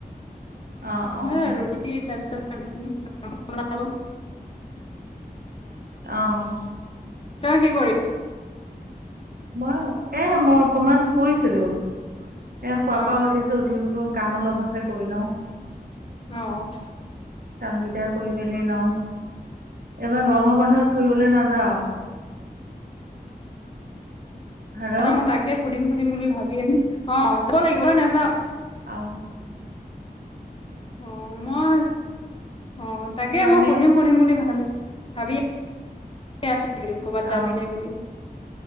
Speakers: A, on the right; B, on the left.
A: অহ অহ
B: হা ৰুটি তাৰপিছত ব।
A: অহঁ।
B: তই কি কৰিছ
A: মই এহ মই অকমান শুইছিলোঁ এ খোৱাৰ
B: অ
A: পৰা উঠিছোঁ উঠি বোলো কাম অলপ আছে কৰি লওঁ।
B: অ
A: কাম কেইটা কৰি মেলি লওঁ এইবাৰ
B: অ
A: গৰমৰ বন্ধত
B: কি
A: ফুৰিবলে নাযাও। হেল্ল'
B: মই তাকে সুধিম সুধিম বুলি ভাবি আহিম অ যাব লাগিব ন নাযাও।
A: আহ।
B: অ মই অ তাকে
A: তাৰমানে
B: মই সুধিম সুধিম বুলি ভাবিছো? ভাবি আছোঁ একিদিন ক'বাত
A: অ
B: যাবি নাই বুলি